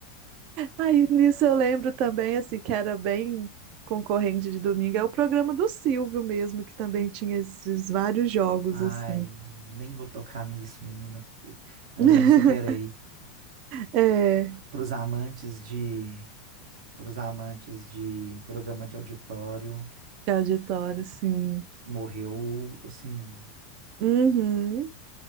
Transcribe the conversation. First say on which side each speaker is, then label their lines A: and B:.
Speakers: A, on the right; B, on the right.
A: Aí nisso eu lembro também, assim, que era bem concorrente de domingo, é o programa do Silvio mesmo, que também tinha esses vários jogos,
B: Ai,
A: assim.
B: nem vou tocar nisso, menina. Eu Ainda
A: <laughs>
B: não superei.
A: É,
B: Para os amantes de, para os amantes de programa de auditório,
A: de auditório, assim.
B: morreu assim.
A: Uhum.